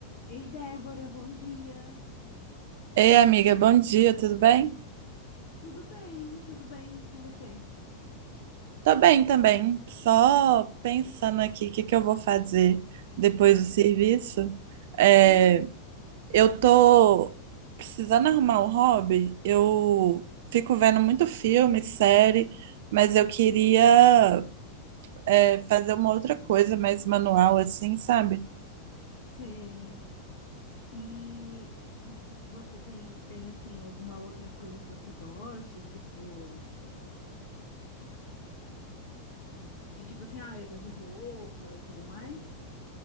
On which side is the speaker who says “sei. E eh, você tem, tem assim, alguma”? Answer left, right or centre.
Left